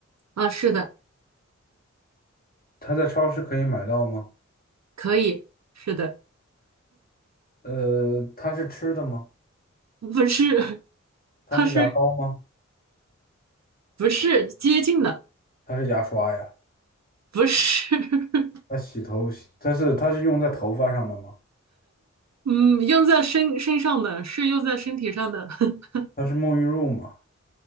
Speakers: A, on the right; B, on the left.
A: 啊、是的。
B: 它在超市可以买到吗？
A: 可以，是的，
B: 呃，它是吃的吗？
A: 不是，<laughs>
B: 它是牙膏吗？
A: 它是不是接近的？
B: 它是牙刷呀？
A: 不是，<laughs>
B: 它洗头洗，它是它是用在头发上的吗？
A: 嗯，用在身身上的是用在身体上的，<laughs>
B: 它是沐浴露吗？